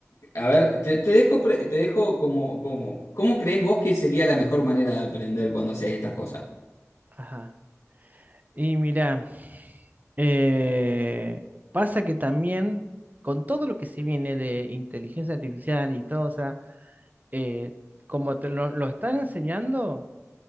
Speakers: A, on the left; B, on the right.
A: A ver, te, te dejo, pre- te dejo como, como. ¿Cómo crees vos que sería la mejor manera de aprender cuando haces estas cosas?
B: Ajá. Y mirá. Eh, pasa que también con todo lo que se viene de inteligencia artificial y todo, o sea, eh, como te lo, lo están enseñando,